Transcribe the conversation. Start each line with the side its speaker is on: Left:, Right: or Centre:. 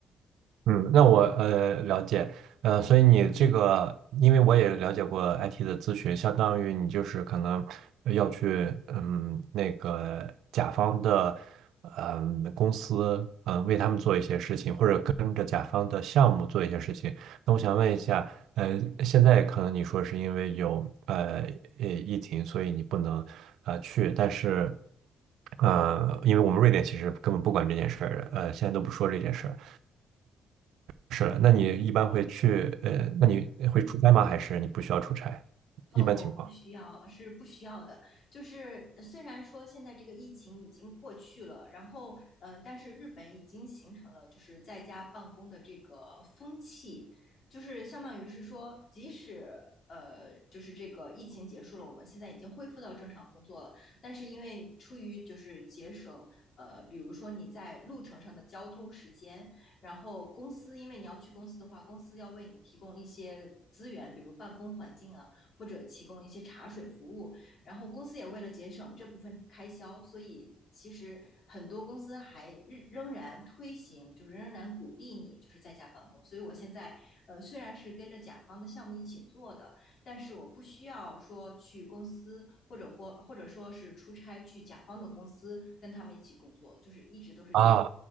Right: 嗯，那我呃了解，呃，所以你这个，因为我也了解过 IT 的咨询，相当于你就是可能要去嗯那个甲方的嗯公司嗯为他们做一些事情，或者跟着甲方的项目做一些事情。那我想问一下，呃，现在可能你说是因为有呃呃疫情，所以你不能呃去，但是呃，因为我们瑞典其实根本不管这件事儿，呃，现在都不说这件事儿。是，了，那你一般会去，呃，那你会出差吗？还是你不需要出差？
Left: 嗯，
Right: 一般情况。
Left: 我不需要，是不需要的。就是呃虽然说现在这个疫情已经过去了，然后嗯、呃但是日本已经形成了就是在家办公的这个风气，就是相当于是说，即使呃就是这个疫情结束了，我们现在已经恢复到正常工作了，但是因为出于就是节省呃，比如说你在路程上的交通时间，然后公司因为你要去公司的话，公司要为你提供一些资源，比如办公环境啊。或者提供一些茶水服务。然后公司也为了节省这部分开销，所以其实很多公司还仍仍然推行，就是仍然鼓励你就是在家办公。所以我现在呃虽然是跟着甲方的项目一起做的，但是我不需要说去公司或者或或者说是出差去甲方的公司跟他们一起工作，就是一直都是在家。
Right: 啊，